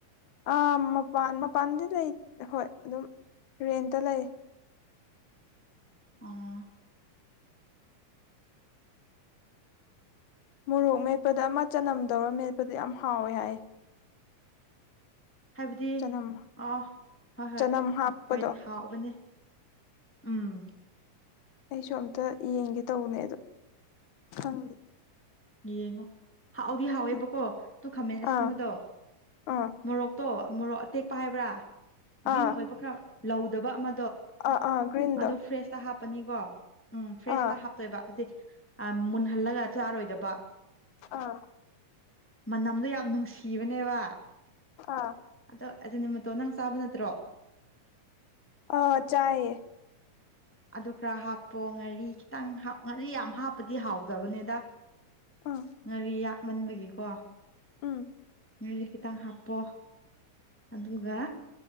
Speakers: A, on the left (about 70°); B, in the centre.
A: ꯑ ꯃꯄꯥꯟ ꯃꯄꯥꯟꯗꯤ ꯂꯩ ꯍꯣꯏ ꯑꯗꯨꯝ ꯔꯦꯟꯇ ꯂꯩ
B: ꯑ <inaudible>
A: ꯃꯣꯔꯣꯛ ꯃꯦꯠꯄꯗ ꯑꯃ ꯆꯅꯝꯗꯧꯔ ꯃꯦꯠꯄꯗ ꯌꯥꯝ ꯍꯥꯎꯏꯦ ꯍꯥꯏ
B: ꯍꯥꯏꯕꯗꯤ
A: ꯆꯅꯝ
B: ꯑꯥ ꯍꯣꯏ ꯍꯣꯏ
A: ꯆꯅꯝ ꯍꯥꯞꯄꯗꯣ
B: ꯍꯣꯏ ꯊꯥꯎꯕꯅꯦ ꯎꯝ
A: ꯑꯩꯁꯨ ꯑꯝꯇ ꯌꯦꯡꯒꯦ ꯇꯧꯕꯅꯦ ꯑꯗꯣ ꯈꯪꯗꯦ
B: ꯌꯦꯌꯦꯒ <inaudible> ꯍꯥꯎꯥꯎꯗꯤ ꯍꯥꯎꯋꯦꯕꯀꯣ
A: ꯎꯝ
B: ꯑꯗꯨ ꯈꯥꯃꯦꯟ ꯑꯁꯤꯟꯕꯗꯣ
A: ꯑꯥ ꯑꯥ
B: ꯃꯣꯔꯣꯛꯇꯣ ꯃꯣꯔꯣꯛ ꯑꯇꯦꯛꯄ ꯍꯥꯏꯕ꯭ꯔꯥ ꯒ꯭ꯔꯤꯟ
A: ꯑꯥ
B: ꯑꯣꯏꯕ ꯈꯔ ꯂꯧꯗꯕ ꯑꯃ
A: ꯑꯥ ꯑꯥ ꯒ꯭ꯔꯤꯟꯗꯣ
B: ꯑꯗꯨ ꯐ꯭ꯔꯦꯖꯇ ꯍꯥ ꯍꯥꯅꯤꯣ ꯎꯝ ꯐ꯭ꯔꯦꯁꯇ
A: ꯑꯥ
B: ꯍꯥꯞꯇꯣꯏꯕ ꯍꯥꯏ ꯃꯨꯟꯍꯜꯂꯒ ꯆꯥꯔꯣꯏꯗꯕ
A: ꯑꯥ
B: ꯃ <inaudible> ꯌꯥꯝ ꯅꯨꯡꯁꯤꯕꯅꯦꯕ
A: ꯑꯥ
B: ꯑꯗꯣ ꯑꯗꯨ ꯑꯇꯣ ꯅꯪ ꯆꯥꯕ ꯅꯠꯇ꯭ꯔꯣ
A: ꯑ ꯆꯌꯦꯌꯦ <inaudible>
B: ꯑꯗꯨ ꯈꯔ ꯍꯥꯞꯄꯣ ꯉꯥꯔꯤ ꯈꯤꯇꯪ ꯉꯥꯔꯤ ꯌꯥꯝ ꯍꯥꯞꯄꯗꯤ ꯍꯥꯎꯗꯕꯅꯤꯗ
A: ꯎꯝ
B: ꯉꯥꯔꯤ ꯌꯥꯛꯃꯟꯕꯒꯤꯀꯣ
A: ꯎꯝ
B: ꯉꯥꯔꯤ ꯈꯤꯇꯪ ꯍꯥꯞꯄꯣ ꯑꯗꯨꯒ